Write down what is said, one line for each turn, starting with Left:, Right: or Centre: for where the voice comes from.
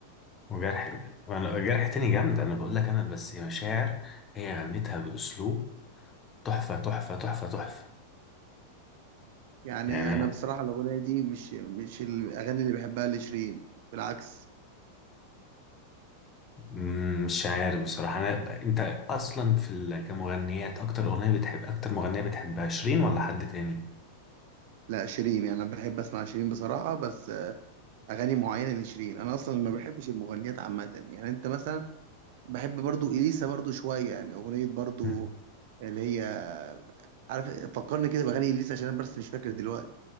Left: وجرح انا جرح تاني جامده انا بقول لك انا بس مشاعر هي غنتها باسلوب تحفه تحفه تحفه تحفه
Right: يعني
Left: يعني
Right: انا بصراحه الاغنيه دي مش مش الاغاني اللي بحبها لشيرين بالعكس
Left: مم، مش عارف بصراحه انا ب... انت اصلا في ال... كمغنيات اكتر اغنيه بتحب اكتر مغنيه بتحبها شيرين ولا حد تاني
Right: لا شيرين يعني انا بحب اسمع شيرين بصراحه بس اغاني معينه لشيرين انا اصلا ما بحبش المغنيات عامه يعني انت مثلا بحب برضو اليسا برضو شويه يعني اغنيه برضو
Left: مم.
Right: اللي هي عارف فكرني كده باغاني اليسا عشان انا بس مش فاكر دلوقتي